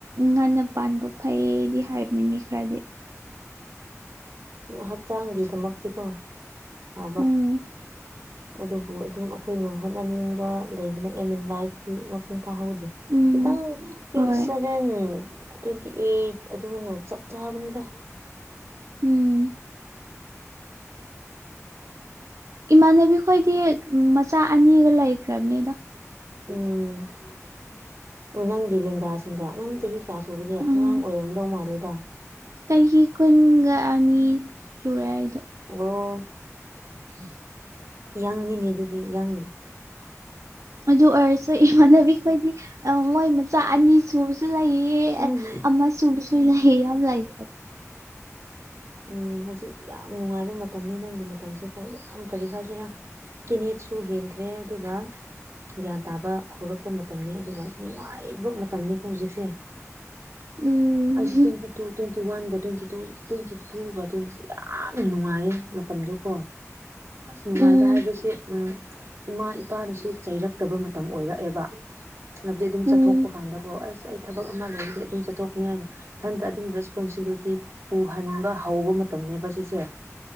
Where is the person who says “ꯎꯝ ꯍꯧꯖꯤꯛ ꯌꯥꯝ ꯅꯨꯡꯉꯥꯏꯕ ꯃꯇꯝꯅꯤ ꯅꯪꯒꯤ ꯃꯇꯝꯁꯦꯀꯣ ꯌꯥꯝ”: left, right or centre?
Right